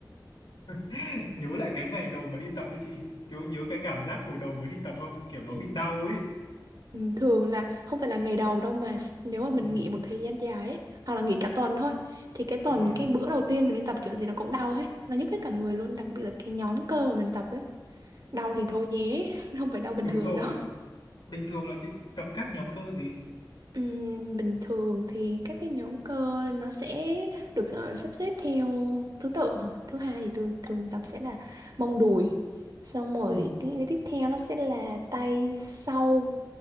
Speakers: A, on the left; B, on the right.
A: <laughs> nhớ lại cái ngày đầu mà đi tập với chị kiểu nhớ cái cảm giác hồi đầu mới đi tập không kiểu nó
B: Ừ.
A: bị đau ấy
B: Ừ, Thường là không phải là ngày đầu đâu mà s- nếu mà mình
A: ừ,
B: nghỉ một thời gian dài ấy, hoặc là nghỉ cả tuần thôi, thì cái tuần
A: đúng rồi
B: cái bữa đầu tiên mình đi tập kiểu gì nó cũng đau hết, nó nhức hết cả người luôn, đặc biệt là cái nhóm cơ mà mình tập ấy. Đau thì thôi nhé, <laughs> không phải đau bình
A: đúng
B: thường
A: rồi
B: đâu.
A: bình thường là chị tập các nhóm cơ gì
B: Ừm, bình thường thì các cái nhóm cơ nó sẽ được ờ, sắp xếp theo thứ tự hả? Thứ hai thì tôi thường tập sẽ là mông đùi xong rồi
A: ừ,
B: cái, cái tiếp theo nó sẽ là tay sau